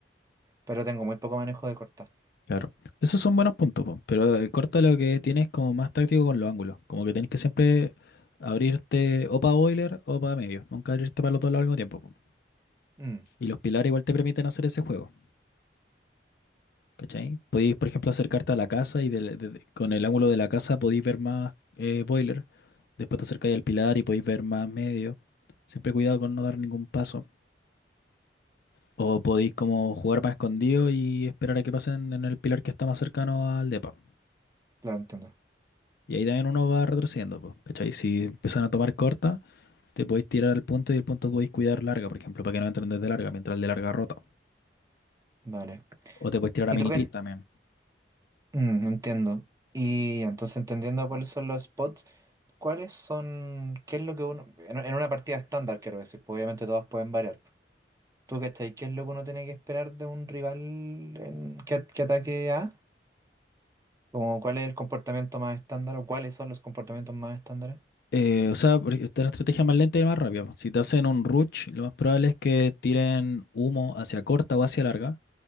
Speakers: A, on the right; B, on the left.
A: Pero tengo muy poco manejo de cortar.
B: Claro. Esos son buenos puntos, po, pero el corto lo que tienes como más táctico con los ángulos. Como que tenés que siempre abrirte o para boiler o para medio. Nunca abrirte para los dos lados al mismo tiempo. po.
A: Mm,
B: Y los pilares igual te permiten hacer ese juego. ¿Cachai? Podéis, por ejemplo, acercarte a la casa y del- desde- con el ángulo de la casa podéis ver más eh, boiler. Después te acercáis al pilar y podéis ver más medio. Siempre cuidado con no dar ningún paso. O podéis como jugar más escondido y esperar a que pasen en el pilar que está más cercano al depa.
A: claro, entiendo.
B: Y ahí también uno va retrocediendo, pues, ¿cachai? Si empiezan a tomar corta, te podéis tirar al punto y el punto podéis cuidar larga, por ejemplo, para que no entren desde larga, mientras el de larga rota.
A: Vale.
B: O te podéis tirar
A: ¿Y
B: a mini
A: tú qué?
B: pit también.
A: Mm, entiendo. Y entonces entendiendo cuáles son los spots, ¿cuáles son, qué es lo que uno, en, en una partida estándar quiero decir, pues obviamente todas pueden variar. ¿Tú cachai? ¿Qué es lo que uno tiene que esperar de un rival en, que, que ataque A? Como, ¿cuál es el comportamiento más estándar o cuáles son los comportamientos más estándares?
B: Eh, o sea, por- esta es la estrategia más lenta y más rápida. po. Si te hacen un rush, lo más probable es que tiren humo hacia corta o hacia larga